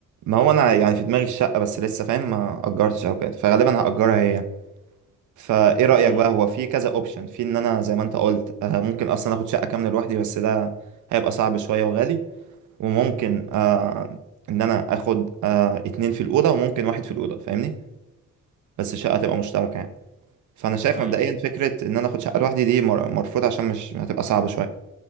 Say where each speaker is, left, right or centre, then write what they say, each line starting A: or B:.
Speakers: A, on the right; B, on the right.
A: ما هو انا يعني في دماغي الشقه بس لسه فاهم ما اجرتش او كده فغالبا هاجرها هي فايه
B: امم
A: رايك بقى هو في كذا اوبشن في ان انا زي ما انت قلت آه، ممكن اصلا اخد شقه كامله لوحدي بس ده هيبقى صعب شويه وغالي وممكن آه ان انا اخد آه اتنين في الاوضه وممكن واحد في الاوضه فاهمني بس الشقه تبقى مشتركه يعني فانا شايف
B: أيوه
A: مبدئيا
B: أيوه
A: فكره ان انا اخد شقه لوحدي دي مر- مرفوضه عشان مش هتبقى صعبه شويه